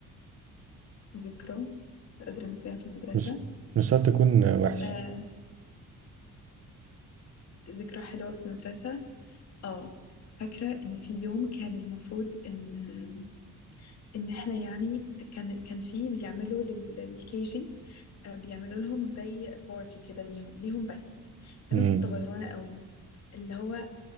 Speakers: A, on the left; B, on the right.
A: ذكرى مش قادرة أنساها في المدرسة
B: مش مش شرط تكون وحشة
A: آه، ذكرى حلوة في المدرسة اه فاكرة إن في يوم كان المفروض إن ان احنا يعني كان كان في بيعملوا للكي جي آه، بيعملوا لهم زي بارك كده ليهم ليهم بس فانا
B: امم
A: كنت غيرانه قوي اللي هو